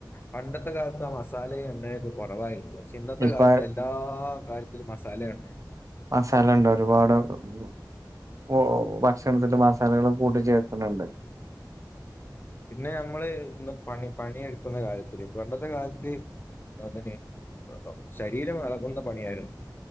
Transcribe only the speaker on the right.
ഇപ്പ
മസാലണ്ട് ഒരുപാട് പൊടികളും ഇപ്പോ ഭക്ഷണത്തിന് മസാലകള് കൂട്ടിച്ചേർക്ക്ന്നുണ്ട്.